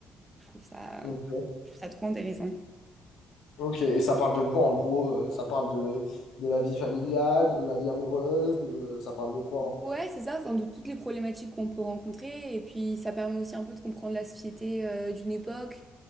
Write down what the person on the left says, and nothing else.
aimes
Ok, et ça parle de quoi en gros? euh, Ça parle de, de la vie familiale, de la vie amoureuse, de- euh, ça parle de quoi en...